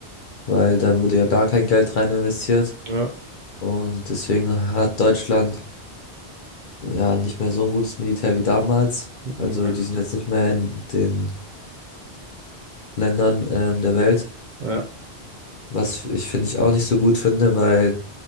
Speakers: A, on the left; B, on the right.
A: weil da wurde ja gar kein Geld rein investiert
B: Ja,
A: und deswegen hat Deutschland ja nicht mehr so ein gutes Militär wie damals.
B: mhm.
A: Also die sind jetzt nicht mehr in den Top-Ländern ähm, der Welt,
B: ja,
A: was ich finde ich auch nicht so gut finde, weil